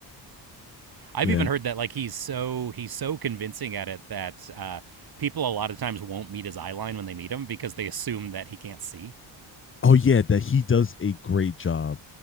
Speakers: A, on the right; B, on the left.
A: I've
B: Yeah.
A: even heard that like he's so he's so convincing at it that uh, people a lot of times won't meet his eye line when they meet him because they assume that he can't see.
B: oh yeah, that he does a great job